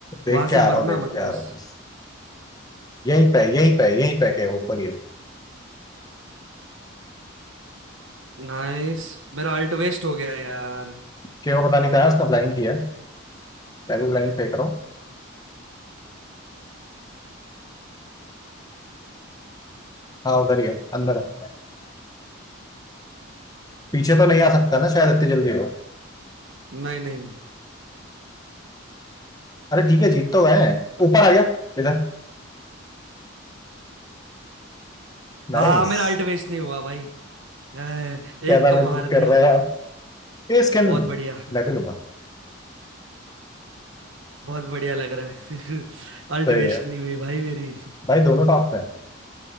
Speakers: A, on the left (about 20°); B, on the right (about 70°).
A: देख
B: वहां से
A: के आ रहा
B: मरना
A: हूँ देख
B: मत
A: के आ
B: बस
A: रहा हूँ बस। यहीं पे यहीं पे यहीं पे के ऊपर ही है
B: नाइस मेरा अल्ट वेस्ट हो गया यार
A: क्यों पता नहीं कहा है, उसने ब्लाइंड किया है मैं भी ब्लाइंड फेंक रहा हूँ हाँ उधर ही है अंदर है पीछे तो नहीं आ सकता ना शायद इतनी जल्दी हो
B: नहीं नहीं
A: अरे ठीक है जीत तो गए हैं। ऊपर आ गया इधर नाइस
B: हाँ मेरा अल्ट वेस्ट नहीं हुआ भाई हाँ, एक
A: क्या था
B: तो
A: महसूस
B: मार दिया
A: कर रहे हैं आप ये स्किन
B: बहुत बढ़िया
A: मैं भी लूंगा
B: बहुत बढ़िया लग रहा है <laughs> अल्ट
A: सही
B: वेस्ट
A: है
B: नहीं हुई भाई मेरी
A: भाई दोनों टॉप पे है